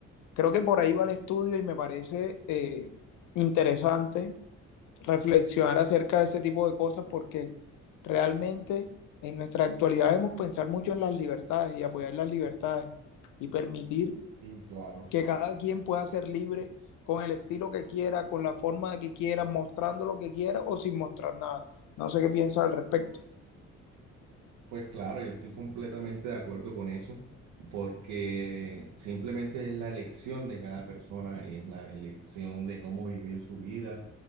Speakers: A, on the left (about 90°); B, on the right (about 85°).
A: Creo que por ahí va el estudio y me parece eh, interesante reflexionar acerca de ese tipo de cosas porque realmente en nuestra actualidad debemos pensar mucho en las libertades y apoyar las libertades y permitir
B: Sí, claro.
A: que cada quien pueda ser libre con el estilo que quiera, con la forma que quiera, mostrando lo que quiera o sin mostrar nada. No sé qué piensas al respecto.
B: Pues claro, yo estoy completamente de acuerdo con eso, porque simplemente es la elección de cada persona y es la elección de cómo vivir su vida.